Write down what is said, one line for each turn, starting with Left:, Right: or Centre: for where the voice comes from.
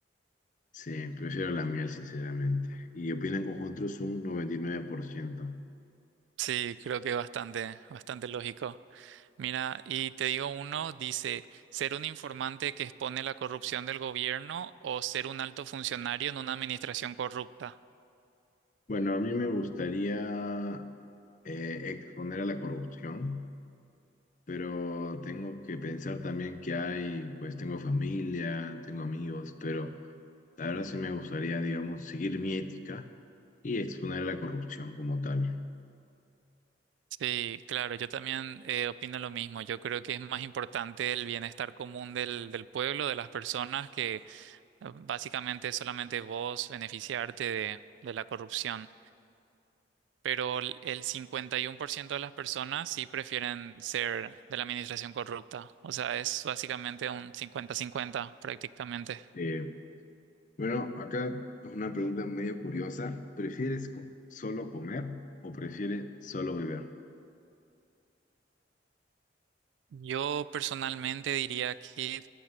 Left: Sí, prefiero la miel, sinceramente. Y opinan con otros un noventa y nueve por ciento
Right: Sí, creo que bastante, bastante lógico. Mira, y te digo uno, dice, ser un informante que expone la corrupción del gobierno o ser un alto funcionario en una administración corrupta.
Left: Bueno, a mí me gustaría eh, exponer a la corrupción, pero tengo que pensar también que hay, pues tengo familia, tengo amigos, pero la verdad sí me gustaría, digamos, seguir mi ética y exponer a la corrupción como tal.
Right: Sí, claro, yo también eh, opino lo mismo. Yo creo que es más importante el bienestar común del, del pueblo, de las personas, Ah, Básicamente solamente vos beneficiarte de, de la corrupción, pero el el 51% de las personas sí prefieren ser de la administración corrupta. O sea, es básicamente un cincuenta-cincuenta prácticamente.
Left: Eh, Bueno, acá es una pregunta medio curiosa. ¿Prefieres co- solo comer o prefieres solo beber?
Right: Yo personalmente diría que